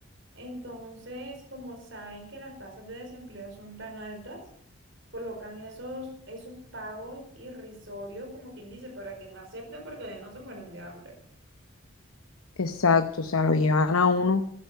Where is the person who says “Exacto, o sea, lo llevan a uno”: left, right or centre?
Left